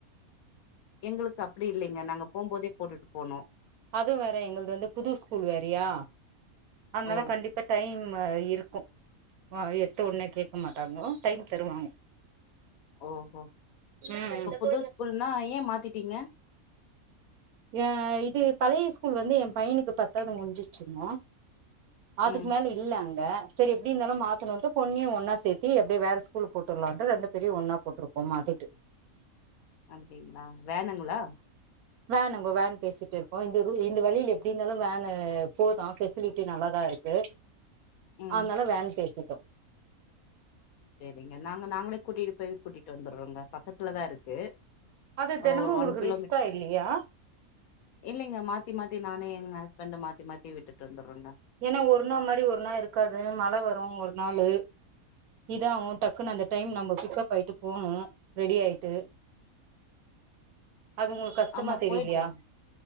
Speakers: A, on the left; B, on the right.
A: எங்களுக்கு அப்படி இல்லைங்க நாங்க போகும்போதே போட்டுட்டு போனும்
B: அதுவும் வேற எங்கது வந்து புது ஸ்கூல் வேறயா அதால
A: ஓ
B: கண்டிப்பா டைம் இருக்கும் எட்டு ஒடே கேட்க மாட்டாங்கோ டைம் தருவாங்க
A: ஓஹோ
B: ம்
A: இப்ப புது ஸ்கூல்னா ஏன் மாத்திட்டீங்க
B: அ இது பழைய ஸ்கூல் வந்து என் பையனுக்கு பத்தாவது முஞ்சிச்சிருந்துமோ அதுக்கு
A: ம்
B: மேல இல்லலைங் சரி எப்படி இருந்தாலும் மாத்தும் பொன்னியும் ஒன்னா சேத்தி எப்படியே வேற ஸ்கூல் போட்டுலாம் ரெண்டு பேரையும் ஒன்னா போட்டிருக்கோம் மாத்திட்டு
A: அப்படிங்களா வேணுங்களா
B: வேன் அங்க வேன் பேசிட்டு இருக்கோம் இந்த இந்த வழியில எப்படி இருந்தாலும் வேனு போதான் பெசிலிட்டி நல்லாாதான் இருக்கு
A: ம்
B: அதனால வேண பேச் இருக்கோ
A: சேரிங்க நாங்க நாங்களே கூட்டிட்டு போயி கூட்டிட்டு வந்துறோங்க பக்கத்துலதாயிருக்கு
B: அது தெனமு
A: ஒரு
B: உங்களுக்கு
A: ஒன் கிலோமீட்
B: ரிஸ்கா இல்லையா
A: இல்லைங்க மாத்தி மாத்தி நானே எங்க ஹச் பண்டோ மாத்தி மாத்தி விட்டுட்டு வந்துறோங்க
B: ஏன்னா ஒரு நாள் மாரி ஒரு நாளுயிருக்காது மழ வரோ ஒரு நாளு இதாவோ டக்குன்னு அந்த டைம் நம்ப பிக்கப் ஆயிட்டு போனோ ரெடியாயிட்டு அது உங்களுக்கு கஷ்டமா
A: ஆமா
B: தெரியலியா
A: போயிட்டுறோம்